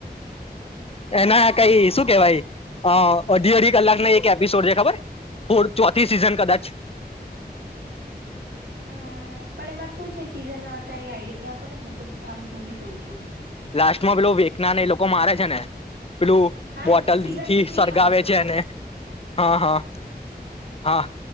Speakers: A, on the left; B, on the right.
A: એના કઈ શું કેવાય, અહ અઢી અઢી કલાક ના એક એપિસોડ છે, ખબર ફૂ ચોથી સિઝન કદાચ.
B: હમ્મ, પણ એમાં શું છે સીઝન, અહ કઈ આડીયા આપો ને હું તો આમ ભૂલી જાઉં છું.
A: લાસ્ટ માં પેલું વેકનાને એ લોકો મારે છે ને પેલું
B: હા
A: બોટલ
B: સિઝન
A: થી
B: થ્રીમાં
A: સળગાવે
B: જ
A: છે એને હા, હા, હા.